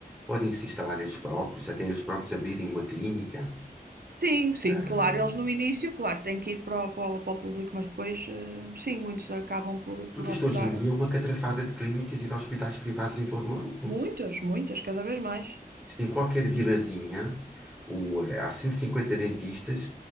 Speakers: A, in the centre; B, on the right (about 75°).
A: podem se instalar eles próprios, até eles próprios abrirem uma clínica.
B: Sim, sim,
A: Ah,
B: claro, eles no início, claro, têm que ir para o, para o- para o público, mas depois, eh, sim, muitos acabam por, por
A: porque
B: optar.
A: isto hoje em dia é uma catrafada de clínicas e de hospitais privados em todo o lado.
B: Muitas, muitas, cada vez mais.
A: Isto Em qualquer vilazinha, o, eh, há 150 dentistas